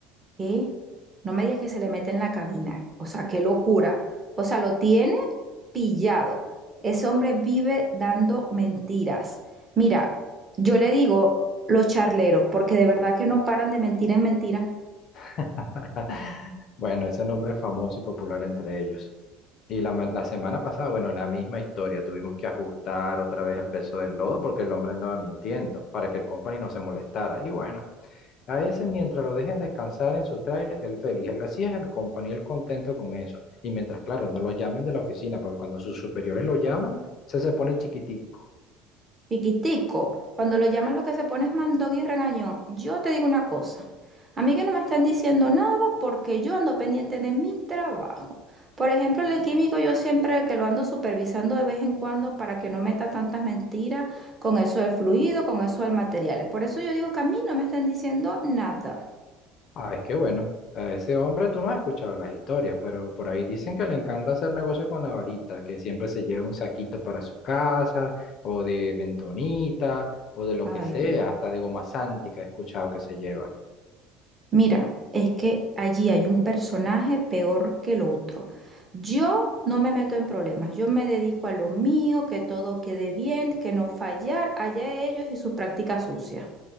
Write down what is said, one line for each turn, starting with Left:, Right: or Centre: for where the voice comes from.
Right: ¿qué? No me digas que se le mete en la cabina. O sea, qué locura. O sea, lo tiene pillado. Ese hombre vive dando mentiras. Mira, yo le digo los charleros, porque de verdad que no paran de mentir en mentira.
Left: <laughs> Bueno, ese nombre es famoso y popular entre ellos. Y la, ma- la semana pasada, bueno, la misma historia. Tuvimos que ajustar otra vez el peso del lodo porque el hombre andaba mintiendo para que el company no se molestara. Y bueno, a ese mientras lo dejen descansar en su tráiler, él feliz. El- así es el company, él contento con eso. Y mientras, claro, no lo llamen de la oficina porque cuando sus superiores lo llaman, se se pone chiquitico.
Right: Piquitico, cuando lo llaman lo que se pone es mandón y regañón. Yo te digo una cosa, a mí que no me están diciendo nada porque yo ando pendiente de mi trabajo. Por ejemplo, el químico yo siempre que lo ando supervisando de vez en cuando para que no meta tantas mentiras con eso del fluido, con eso del material. Por eso yo digo que a mí no me están diciendo nada.
Left: Ah, es que bueno, a ese hombre tú no has escuchado las historias, pero por ahí dicen que le encanta hacer negocio con la varita, que siempre se lleva un saquito para su casa, o de bentonita, o de lo
Right: Ay,
Left: que sea,
Right: Dios.
Left: hasta de goma sántica he escuchado que se lleva.
Right: Mira, es que allí hay un personaje peor que el otro. Yo no me meto en problemas, yo me dedico a lo mío, que todo quede bien, que no fallar, allá ellos y sus prácticas sucias.